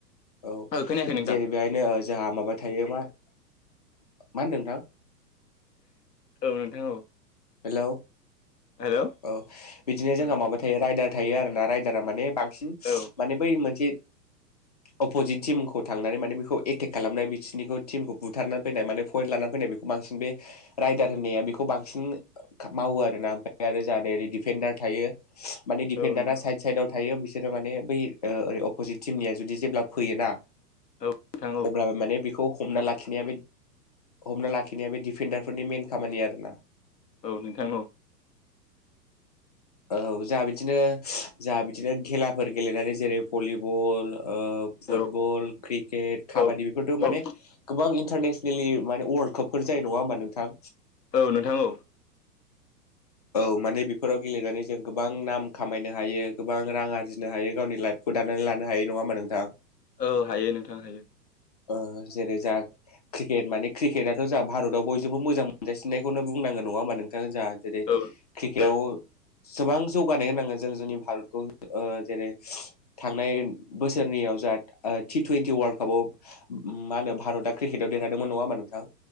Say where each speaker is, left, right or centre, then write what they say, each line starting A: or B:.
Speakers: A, on the left; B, on the left.
A: औ
B: खोनायाखै नोंथां
A: जेरै बेहायनो जोंहा माबा थायो मा मा होनदों नोंथां?
B: औ नोंथां औ।
A: हेलौ
B: हेलौ
A: औ बिदिनो
B: औ
A: जोंहा माबा थायो राइडार थायो आरोना रायदारा माने बांसिन
B: औ
A: माने बै मोनसे अपजिट टिमखौ थांनानै माने बेखौ एटेक खालामनाय बिसोरनिखौ टिमखौ बुथारनानै फैनाय माने पइन्ट लानानै फैनाय बांसिन बे रायदार होननाया बेखौ बांसिन मावो आरोना ओमफ्राय आरो जाहाथे ओरै डिफेन्डार थायो। माने दिफेन्डारा
B: औ नोंथां
A: साइद
B: औ
A: साइदाव थायो। बिफोर माने बै ओै अफजित टिमनिया जुदि जेब्ला फैयोना
B: औ नोंथां औ
A: अब्लाबो माने बेखौ हमना लाखिनाया बे हमना लाखिनाया बे डिफेन्डारफोरनि मेन खामानि आरोना।
B: औ नोंथां औ।
A: <unintelligible> औ जाआ बिदिनो जाआ बिदिनो खेलाफोर गेलेनानै जेरै भलिबल ओ फुटबल
B: औ
A: क्रिकेट काबादि
B: औ
A: बेफोरथ' माने
B: औ
A: गोबां इन्टारनेसनेलि माने वर्ल्ड काप फोर जायो नङा होमबा नोंथां
B: औ नोंथां औ।
A: औ माने बेफोराव गेलेनानै जों गोबां नाम खामायनो हायो गोबां रां आरजिनो हायो गावनि लाइफखौ दानानै लानो हायो नङा होमबा नोंथां?
B: औ हायो नोंथां हायो।
A: ओ जेरै जा क्रिकेट माने क्रिकेटथ' जा भारताव बयजोंबो मोजां मोनजासिननायखौनो बुंना नांगौ नङा होमा नोंथां जोआ जेरै
B: औ
A: क्रिकेटआव गोबां जौगानाय होनांगो जों जोंनि भारतखौ ओ जेरै थांनाय बोसोर जा ओ टि टुवन्टि वर्ल्ड काप आव मा होनो भारतआ क्रिकेटआव देरहादोंमोन नङा होमबा नोंथां।